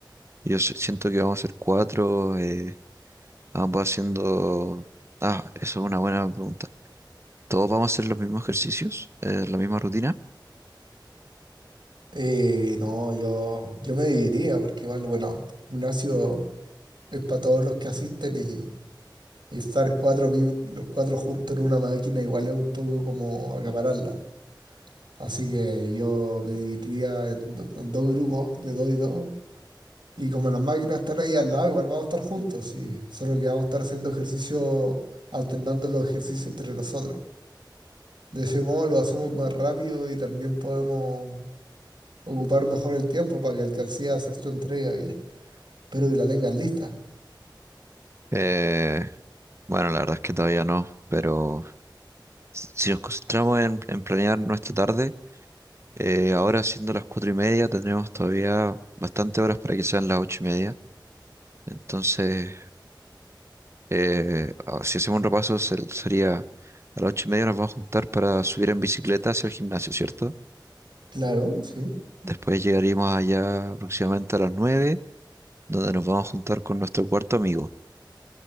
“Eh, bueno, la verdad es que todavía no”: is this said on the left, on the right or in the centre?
Right